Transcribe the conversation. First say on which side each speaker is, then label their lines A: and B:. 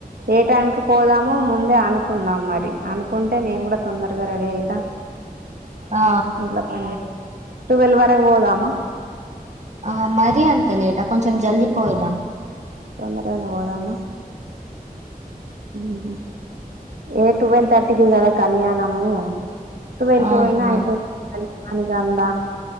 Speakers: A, on the right; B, on the right.
A: ఏ టైంకి పోదామో ముందే అను కుందాం మరి అనుకుంటే నేను కూడా తొందరగా రెడీ అయితా
B: ఆ
A: ఇంట్లో పని చే టువల్ వరకు పోదమా
B: ఆ మరీ అంత లేటా కొంచెం జల్దీ పోయొదాం
A: తొందరగానే పోదామా ఉహు ఏ టువల్ తర్టీకి కదా కళ్యాణము టువల్ కి
B: ఆహా
A: పోయినా అయిపో <inaudible> ఆని కందా